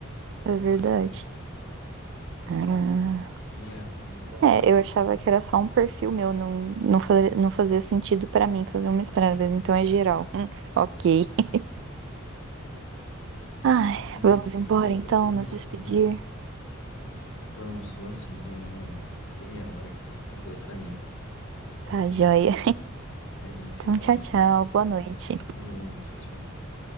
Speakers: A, on the right; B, on the left.
A: É verdade. Ah.
B: Bruninha, o,
A: É, eu achava que era só um perfil meu, não, não, fa- não fazia sentido pra mim fazer um mestrado, mas então é geral. Hum, ok. <laughs>
B: é,
A: Ai,
B: é verdade,
A: vamos embora
B: o pessoal
A: então,
B: procura
A: nos
B: menos,
A: despedir.
B: né? Vamos, vamos sim, eu tenho. Deu minha hora aqui, vou precisar sair.
A: Tá, joia.
B: A gente se
A: Então,
B: fala.
A: tchau, tchau, boa noite.
B: Boa noite, tchau, tchau.